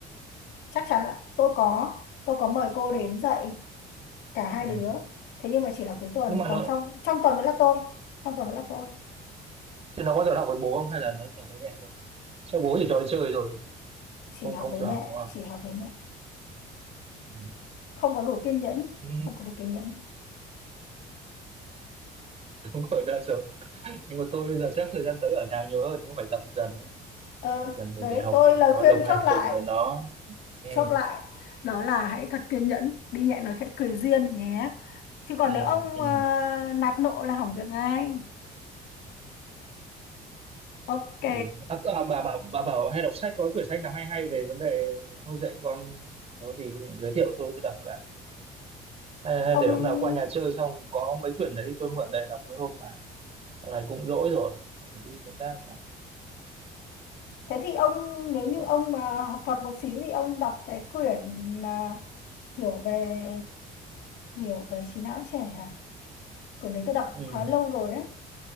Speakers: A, on the left (about 80°); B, on the right (about 35°).
A: chắc chắn là tôi có, tôi có mời cô đến dạy cả hai
B: ừ.
A: đứa. Thế nhưng mà chỉ là cuối tuần,
B: nhưng mà
A: còn
B: nó
A: trong trong tuần vẫn là tôi, trong tuần vẫn là tôi,
B: Thế nó có giờ học với bố không hay là nó giờ với mẹ rồi? Chắc bố chỉ cho đi chơi rồi,
A: chỉ
B: không
A: học
B: không
A: với
B: cho
A: mẹ,
B: học đúng không?
A: chỉ học với mẹ,
B: Ừ.
A: không có đủ kiên nhẫn,
B: Ừ,
A: không có đủ kiên nhẫn.
B: đúng rồi đa số. Nhưng mà tôi bây giờ chắc thời gian tới ở nhà nhiều hơn, cũng phải tập dần đấy,
A: Ờ,
B: tập dần để
A: đấy,
B: để học
A: tôi
B: cùng
A: lời
B: với nó,
A: khuyên
B: đồng hành
A: chốt lại,
B: cùng với nó. Ừ,
A: chốt lại đó là hãy thật kiên nhẫn, đi nhẹ nói khẽ cười duyên nhé. Chứ còn
B: ừ,
A: nếu ông
B: ừ.
A: ờ, nạt nộ là hỏng việc ngay. Ok.
B: ừ. À, à, bà bảo bà bảo hay đọc sách có quyển sách nào hay hay về vấn đề nuôi dạy con nó gì giới thiệu thôi tôi đọc cái hay, hay
A: ông
B: để hôm nào qua nhà chơi xong có mấy quyển đấy tôi mượn để đọc mấy hôm này dạo này cũng rỗi rồi phải đi công tác đã
A: thế thì ông nếu như
B: có
A: ông mà học thuật một xíu thì ông đọc cái quyển à, hiểu về hiểu về trí não trẻ à quyển đấy tôi đọc
B: ừ.
A: khá lâu rồi đấy